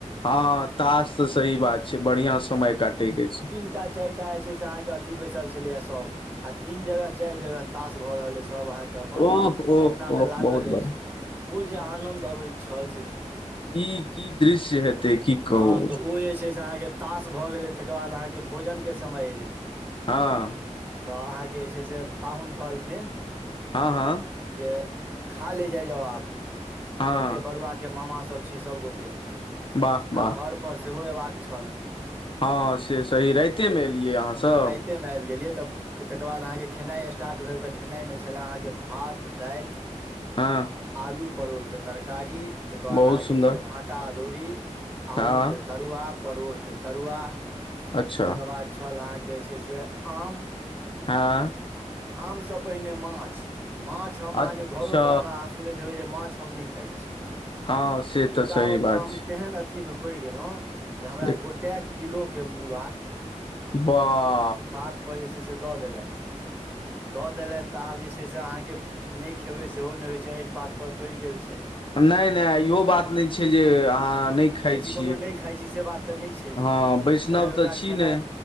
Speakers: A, on the left; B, on the right.
A: हँ तश तऽ सही बात छै बढ़िियां समय काटे के छै
B: एकटा चारि टा जे छै से अहाँके अथी बैसल छलैय सब आ तीन जगह चारि जगह तश भऽ रहल अछि सब अहाँके अपन
A: ओह ओह
B: अपना मे
A: ओह
B: लागल
A: बहुत
B: अछि
A: बढ़िया
B: ओ जे आनंद अबैत छल से की
A: की की दृश्य हेतै की कहू
B: हँ तऽ ओ जे छै से अहाँके तास भऽ गेलै तकर बाद अहाँके भोजनके समय अयलै
A: हँ
B: तऽ अहाँके जे छै से पाहुन कहलखिन
A: हँ हँ
B: जे खाले जाय जाउ आब
A: हँ
B: जते बड़ुआ के मामा सब छी सब गोटे
A: वाह वाह
B: आ घर पर सेहो अयबाक छल
A: हँ से सही राइतेमे एलियै अहाँसभ
B: मे आबि गेलै तब तकर बाद अहाँके के खेनाइ स्टार्ट भेल तऽ खेनाइमे छलय अहाँके भात दालि
A: हँ
B: आलू परोड़के तरकारी तकर बाद
A: बहुत
B: अहाँके
A: सुन्दर
B: जे छै से भाटा अदौरी आलू
A: हँ
B: के तरुआ परोड़के तरुआ
A: अच्छा
B: तकर बाद छल अहाँके जे छै से आम
A: हँ
B: आम से पहिने माछ माछ हम अहाँके
A: अच्छा
B: घरो पर हमरा अहाँ सुनैत देखबै जे माछ हम नहि खााय छी
A: हँ से
B: मुदा
A: तऽ सही
B: ओतऽ
A: बात
B: हम
A: छै
B: तेहन अथी मे पड़ि गेलहु जे हमरा
A: देख
B: गोटए किलोके मूड़ा
A: बाह
B: पात पर जे छै से दऽ देलथि दऽ देलथि तऽ आब जे छै छै से अहाँके नहि खेबै सेहो नहि होइ छै अंठि पात पर पड़ि गेल छै
A: नहि नहि इहो बात नहि छै जे अहाँ नहि खााय छी
B: कोनो नहि खाइ छी से बात तऽ नहि छै
A: हँ वैष्णव
B: तखन
A: तऽ
B: ओकरा
A: छी
B: खेनाइ
A: ने।